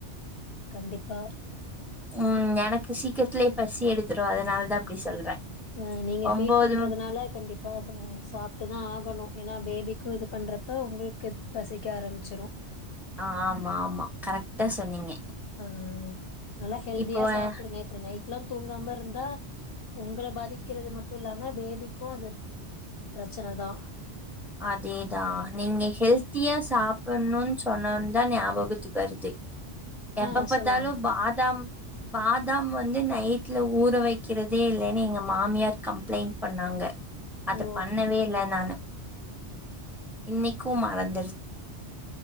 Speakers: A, on the left; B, in the centre.
A: கண்டிப்பா
B: ம் எனக்கு சீக்கிரத்துலே பசி எடுத்துரு அதனால தா அப்டி சொல்றே
A: ம் நீங்க
B: ஒம்போது
A: ஃபீட் பண்றதுனால கண்டிப்பா ச சாப்ட்டுதா ஆகணு ஏனா பேபி க்கு இது பண்றப்ப உங்களுக்கு பசிக்க ஆரம்பிச்சிரு
B: ஆஹ் ஆமா ஆமா கரெக்ட்டா சொன்னீங்க
A: அ நல்லா ஹெல்தியா
B: இப்போ
A: சாப்பிடுங்க இப்டி நை ட்டுல்லா தூங்காமருந்தா உங்கள பாதிக்கறது மட்டு இல்லாம பேபிக்கு அது பிரச்சனதா
B: அதேதா நீங்க ஹெல்த்தியா சாப்புர்ணுன்னு சொன்னோன் தா ஞாபகத்துக்கு வருதே எப்ப
A: ஆ
B: பாத்தாலு
A: சொல்லுங்க
B: பாதாம் பாதாம் வந் ந்து நைட்ல ஊற வைக்கிறதே இல்லேன்னு எங்க மாமியார் கம்ப்ளைண்ட் பண்ணாங்க அது
A: ஓ
B: பண்ணவே இல்ல நானு இன்னைக்கு மறந்து